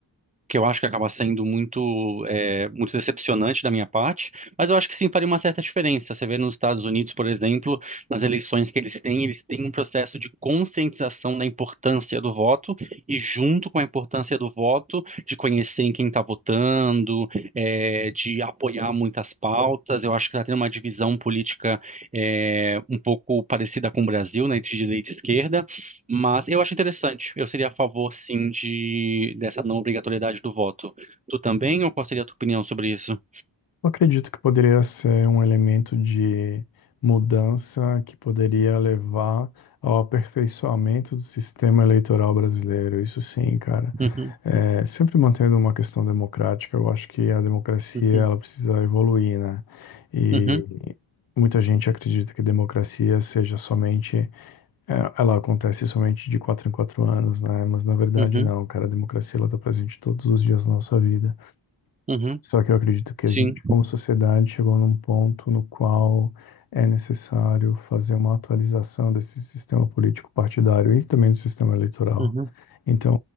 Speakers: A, on the right; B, on the left.
A: que eu acho que acaba sendo muito, é, muito decepcionante da minha parte, mas eu acho que sim faria uma certa diferença. Você vê nos Estados Unidos, por exemplo, nas eleições que eles têm, eles têm um processo de conscientização da importância do voto e, junto com a importância do voto, de conhecer em quem está votando, é, de apoiar muitas pautas. Eu acho que está tendo uma divisão política, é, um pouco parecida com o Brasil, né, entre direita e esquerda mas eu acho interessante. Eu seria a favor, sim, de dessa não obrigatoriedade do voto. Tu também, ou qual seria a tua opinião sobre isso?
B: Eu acredito que poderia ser um elemento de mudança que poderia levar ao aperfeiçoamento do sistema eleitoral brasileiro. Isso sim, cara.
A: Uhum,
B: É, sempre mantendo uma questão democrática, eu acho que a democracia
A: uhum,
B: ela precisa evoluir, né? E
A: uhum,
B: muita gente acredita que democracia seja somente, é, ela acontece somente de quatro em quatro anos, né? Mas na verdade
A: uhum,
B: não, cara. A democracia ela está presente todos os dias da nossa vida.
A: uhum.
B: Só que eu acredito que
A: Sim.
B: a gente, como sociedade, chegou num ponto no qual é necessário fazer uma atualização desse sistema político partidário e também do sistema eleitoral.
A: Uhum,
B: Então,